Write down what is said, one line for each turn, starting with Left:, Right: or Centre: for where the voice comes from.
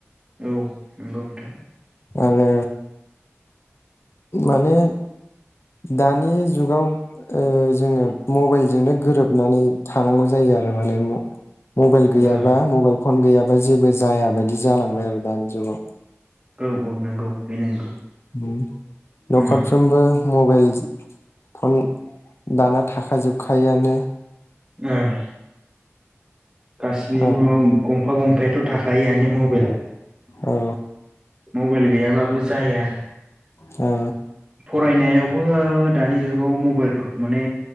Right: औ नंगौ नोंथां।
Left: आरो माने दानि जुगाव जोङो मबाइलजोंनो गोरोबनानै थानांगौ जायो आरो माने म मबाइल गैयाबा
Right: ओं
Left: मबाइल फन गैयाबा जेबो जाया बायदि जालांबाय आरो दानि जुगाव।
Right: औ औ नंगौ बे नंगौ।
Left: उम न'खरफ्रोमबो
Right: उम
Left: मबाइल फन दाना थाखाजोबखायोआनो
Right: ओं गासिबनावबो
Left: औ
Right: गंफा गंफा गंफाथ' थाखायोआनो मबाइला
Left: औ
Right: मबाइल गैयाबाबो जाया
Left: औ
Right: फरायनायावबो दानि जुगाव मबाइलफोरखौ माने